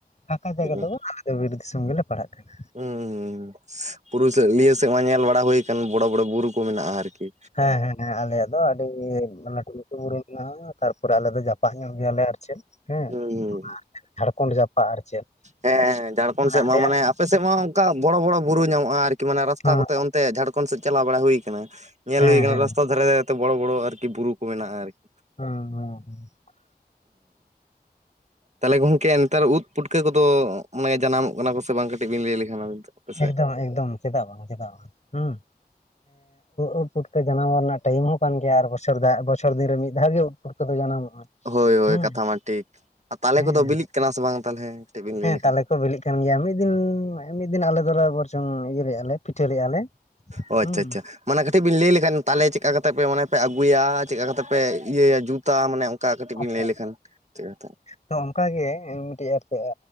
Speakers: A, on the left (about 45°); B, on the right (about 45°).
A: ᱯᱷᱟᱸᱠᱟ
B: ᱦᱩᱸ
A: ᱡᱟᱭᱜᱟ ᱫᱚ ᱟᱞᱮ ᱫᱚ ᱵᱤᱨ ᱫᱤᱥᱚᱢ ᱜᱮᱞᱮ ᱯᱟᱲᱟᱜ ᱠᱟᱱᱟ᱾
B: ᱦᱩᱸ ᱦᱩᱸ ᱵᱩᱨᱩ ᱥᱮᱫ ᱤᱭᱟᱹ ᱥᱮᱫ ᱢᱟ ᱧᱮᱞ ᱵᱟᱲᱟ ᱦᱳᱭᱠᱟᱱ ᱵᱚᱲᱚ ᱵᱚᱲᱚ ᱵᱩᱨᱩ ᱠᱚ ᱢᱮᱱᱟᱜᱼᱟ ᱟᱨᱠᱤ᱾
A: ᱦᱮᱸ ᱦᱮᱸ ᱦᱮᱸ ᱟᱞᱮᱭᱟᱜ ᱫᱚ ᱟᱹᱰᱤ ᱞᱟᱹᱴᱩ ᱞᱟᱹᱴᱩ ᱵᱩᱨᱩ ᱢᱮᱱᱟᱜᱼᱟ ᱛᱟᱨᱯᱚᱨᱮ ᱟᱞᱮ ᱫᱚ ᱡᱟᱯᱟᱜ ᱧᱚᱜ ᱜᱮᱭᱟᱞᱮ ᱟᱨ ᱪᱮᱫ᱾ ᱦᱮᱸ
B: ᱦᱩᱸ ᱦᱩᱸ
A: ᱚᱱᱟ ᱡᱷᱟᱲᱠᱷᱚᱱᱰ ᱡᱟᱯᱟᱜ ᱟᱨ ᱪᱮᱫ
B: ᱦᱮᱸ ᱦᱮᱸ ᱡᱷᱟᱲᱠᱷᱚᱸᱰ
A: ᱢᱟᱱᱮ
B: ᱥᱮᱫ
A: ᱟᱞᱮᱭᱟᱜ᱾
B: ᱢᱟ ᱟᱯᱮ ᱥᱮᱫ ᱢᱟ ᱚᱱᱠᱟ ᱵᱚᱲᱚ ᱵᱚᱲᱚ ᱵᱩᱨᱩ ᱧᱟᱢᱚᱜᱼᱟ ᱟᱨᱠᱤ ᱢᱟᱱᱮ ᱨᱟᱥᱛᱟ
A: ᱦᱮᱸ
B: ᱠᱚᱛᱮ ᱚᱱᱛᱮ ᱡᱷᱟᱲᱠᱷᱚᱸᱰ ᱥᱮᱫ ᱪᱟᱞᱟᱣ ᱵᱟᱲᱟ ᱦᱩᱭᱠᱟᱱᱟ᱾ ᱧᱮᱞ
A: ᱦᱮᱸ
B: ᱦᱩᱭ ᱠᱟᱱᱟ
A: ᱦᱮᱸ
B: ᱨᱟᱥᱛᱟ ᱫᱷᱟᱨᱮ ᱫᱷᱟᱨᱮᱛᱮ ᱵᱚᱲᱚ ᱵᱚᱲᱚ ᱟᱨᱠᱤ ᱵᱩᱨᱩ ᱠᱚ ᱢᱮᱱᱟᱜᱼᱟ ᱟᱨᱠᱤ᱾
A: ᱦᱩᱸ ᱦᱩᱸ ᱦᱩᱸ ᱾
B: ᱛᱟᱦᱚᱞᱮ ᱜᱚᱢᱠᱮ ᱱᱮᱛᱟᱨ ᱩᱫ᱾ ᱯᱩᱴᱠᱟᱹ ᱠᱚᱫᱚ ᱢᱟᱱᱮ ᱡᱟᱱᱟᱢᱚᱜ ᱠᱟᱱᱟ ᱠᱚ ᱥᱮ ᱵᱟᱝ? ᱠᱟᱹᱴᱤᱡ ᱵᱤᱱ ᱞᱟᱹᱭ ᱞᱮᱠᱷᱟᱱ᱾ ᱟᱯᱮ ᱥᱮᱫ
A: ᱮᱠᱫᱚᱢ ᱮᱠᱫᱚᱢ ᱪᱮᱫᱟᱜ ᱵᱟᱝ ᱪᱮᱫᱟᱜ ᱵᱟᱝ ᱦᱩᱸ ᱳᱫ ᱯᱩᱴᱠᱟᱹ ᱡᱟᱱᱟᱢ ᱚᱜ ᱨᱮᱱᱟᱜ᱾ ᱴᱟᱭᱤᱢ ᱦᱚᱸ ᱠᱟᱱ ᱜᱮᱭᱟ ᱟᱨ ᱵᱚᱪᱷᱚᱨ ᱫᱟᱜ ᱵᱚᱪᱷᱚᱨ ᱫᱤᱱ ᱨᱮ ᱢᱤᱫ ᱫᱷᱟᱣ ᱜᱮ ᱳᱫ ᱯᱩᱴᱠᱟ ᱫᱚ ᱡᱟᱱᱟᱢᱚᱜᱼᱟ᱾
B: ᱦᱳᱭ ᱦᱳᱭ
A: ᱦᱮᱸ
B: ᱠᱟᱛᱷᱟ ᱢᱟ ᱴᱷᱤᱠ ᱛᱟᱞᱮ
A: ᱦᱮᱸ
B: ᱠᱚᱫᱚ ᱵᱤᱞᱤᱜ ᱠᱟᱱᱟ ᱥᱮ ᱵᱟᱝ ᱛᱟᱦᱚᱞᱮ? ᱠᱟᱹᱴᱤᱡ ᱵᱤᱱ
A: ᱦᱮᱸ
B: ᱞᱟᱹᱭ ᱞᱮᱠᱷᱟᱱ
A: ᱛᱟᱦᱟᱞᱮ ᱠᱚ ᱵᱤᱞᱤᱜ ᱠᱟᱱ ᱜᱮᱭᱟ ᱢᱤᱫ ᱫᱤᱱ ᱢᱤᱫ ᱫᱤᱱ ᱟᱞᱮ ᱫᱚᱞᱮ ᱵᱚᱨᱪᱚᱝ ᱤᱭᱟᱹ ᱞᱮᱫ ᱞᱮ ᱯᱤᱴᱷᱟᱹ ᱞᱮᱜᱼᱟ ᱞᱮ᱾
B: ᱚ
A: ᱦᱩᱸ
B: ᱟᱪᱷᱟ ᱟᱪᱷᱟ᱾ ᱢᱟᱱᱮ ᱠᱟᱹᱴᱤᱡ ᱵᱤᱱ ᱞᱟᱹᱭ ᱞᱮᱠᱷᱟᱱ ᱛᱟᱦᱮ ᱪᱮᱫᱠᱟ ᱠᱟᱛᱮ ᱯᱮ ᱢᱟᱱᱮ ᱯᱮ ᱟᱹᱜᱩᱭᱟ ᱪᱮᱫᱠᱟ ᱠᱟᱛᱮ ᱯᱮ ᱤᱭᱟᱹᱭᱟ ᱡᱩᱛ ᱼᱟ? ᱢᱟᱱᱮ ᱚᱱᱠᱟ ᱠᱟᱹᱴᱤᱡ ᱵᱤᱱ
A: ᱟᱪᱪᱷᱟ
B: ᱞᱟᱹᱭ ᱞᱮᱠᱷᱟᱱ ᱪᱤᱠᱟᱹᱛᱮ᱾
A: ᱛᱚ ᱚᱱᱠᱟᱜᱮ ᱢᱤᱫᱴᱤᱡ ᱟᱨᱠᱮᱫ